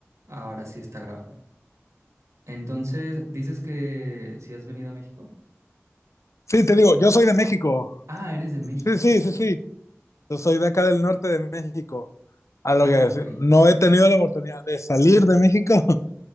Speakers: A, on the right; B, on the left.
A: Ahora sí está grabando. Entonces, dices que si has venido a México.
B: Sí, te digo, yo soy de México.
A: Ah, eres de México.
B: Sí, sí, sí, sí. Yo soy de acá del norte de México. A
A: Ah,
B: lo que decir,
A: ok.
B: no he tenido la oportunidad de salir de México, <laughs>